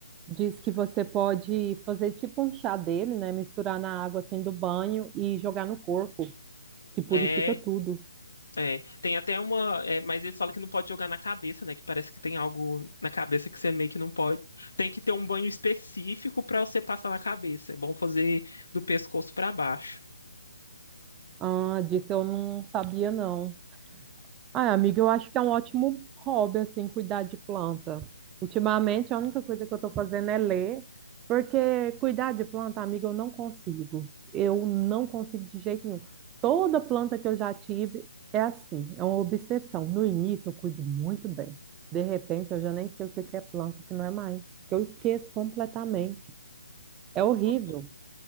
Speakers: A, on the right (about 15°); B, on the left (about 70°).
A: Diz que você pode fazer tipo um chá dele, né? Misturar na água assim do banho e jogar no corpo, que purifica
B: É,
A: tudo.
B: É, tem até uma. é, mas eles falam que não pode jogar na cabeça, né? Que parece que tem algo na cabeça que você meio que não pode. Tem que ter um banho específico pra você passar na cabeça. É bom fazer do pescoço pra baixo.
A: Ah, disso eu não sabia não. Ah, amiga, eu acho que é um ótimo hobby, assim, cuidar de planta. Ultimamente, a única coisa que eu estou fazendo é ler, porque cuidar de planta, amiga, eu não consigo. Eu não consigo de jeito nenhum. Toda planta que eu já tive é assim, é uma obsessão. No início, eu cuido muito bem. De repente, eu já nem sei o que que é planta, o que não é mais, que eu esqueço completamente. É horrível.
B: Ô,